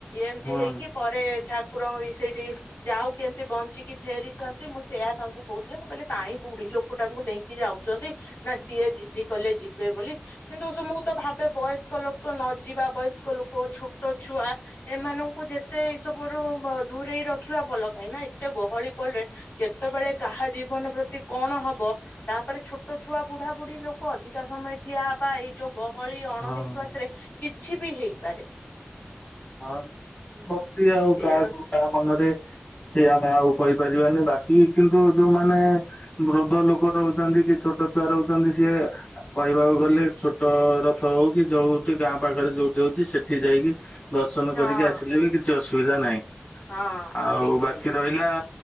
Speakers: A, on the left; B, on the left.
A: ଏମିତି
B: ହଁ।
A: ହେଇକି ପରେ ଠା କୁକୁରଙ୍କ ସେଇଠି ଯାଉ କେମିତି ବଞ୍ଚିକି ଫେରିଛନ୍ତି ମୁଁ ସେୟ ତାଙ୍କୁ କହୁଥିଲି ମୁଁ କହିଲି କାହିଁ ବୁଢୀ ଲୋକ ଟାଙ୍କୁ ନେଇକି ଯାଉଛନ୍ତି ନା ସିଏ ଦିଦି କଲେ ଯିବେ ବୋଲି କିନ୍ତୁ ମୁଁ ତ ଭାବେ ବୟସ୍କ ଲୋକ ନ ଯିବା ବୟସ୍କ ଲୋକ ଛୋଟ ଛୁଆ ଏମାନଙ୍କୁ ଯେତେ ଏଇ ସବୁ ଦୂରେଇ ରଖିବା ଭଲ। କାହିଁକି ନା ଏତେ ଗହଳି ପଡରେ କେତେବେଳେ କାହା ଜୀବନ ପ୍ରତି କଣ ହବ ତାପରେ ଛୋଟ ଛୁଆ ବୁଢା ବୁଢୀ ଲୋକ ଅଧିକା ସମୟ ଠିଆ ବା ଏଇ ଯୋଉ ଗହଳି ଅଣନିଶ୍ଵାସ
B: ହଁ
A: ରେ କିଛି କିଛି ବି ହେଇପାରେ
B: ହଁ ଭକ୍ତି ଆଉ
A: ସେଇଆ
B: କାହାକୁ କାହା ମନରେ ସେ ଆମେ ଆଉ କହିପାରିବାନି ବାକି କିନ୍ତୁ ଯୋଉମାନେ ବୃଦ୍ଧ ଲୋକ ରହୁଛନ୍ତି କି ଛୋଟ ଛୁଆ ରହୁଛନ୍ତି ସିଏ କହିବାକୁ ଗଲେ ଛୋଟ ରଥ ହଉ କି ଯୋଉଠି ଗାଁ ପାଖରେ ଯୋଉଠି ହଉଛି ସେଠି ଯାଇକି ଦର୍ଶନ
A: ହଁ
B: କରିକି ଆସିଲେ ବି କିଛି ଅସୁ ସୁବିଧା ନାହିଁ
A: ହଁ
B: ଆଉ
A: ଠିକ କହିଲେ
B: ବାକି ରହିଲା